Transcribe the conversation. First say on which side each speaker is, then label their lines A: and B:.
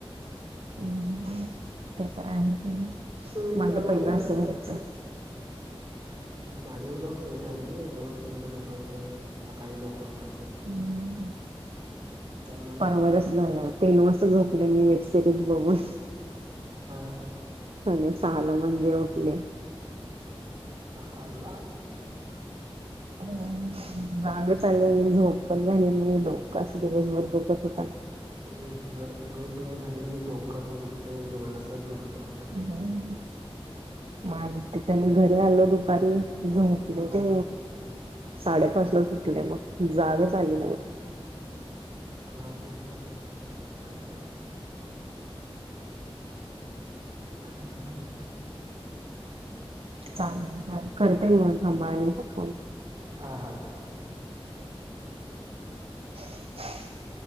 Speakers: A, on the right; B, on the right.
A: हं हं. ते पण आहेच म्हणा.
B: हो
A: माझं
B: आम्हासनी
A: पहिलं असं व्हायचं.
B: हं, गाडीवर जाऊन सवय झाली ना. दोन तीन ला झोपायचं, सकाळी लोकर उठायचं.
A: हं हं.
B: त्यामुळे
A: परवा कसं जाणार? तीन वाजता झोपले मी वेब सिरीज बघून.
B: हा.
A: आणि सहालं म्हणजे उठले.
B: सहाला?
A: हं, जागच आलेली, झोप पण झालेली नाही. डोकं अस दिवसभर दुखत होतं.
B: होय झ झोप नाही झाली की डोकं असं दुखतंय, डोळ अस चुरचूरतात.
A: हं हं. म आज त्यांनी घरी आल दुपारी. झोपले
B: हा
A: ते साडेपाच ला उठले मग जागच आली नाही.
B: हं हं हं, काय? हं हं हं हं.
A: चालेल चाल करते म <unintelligible> फोन.
B: हा हा.
A: <inaudible>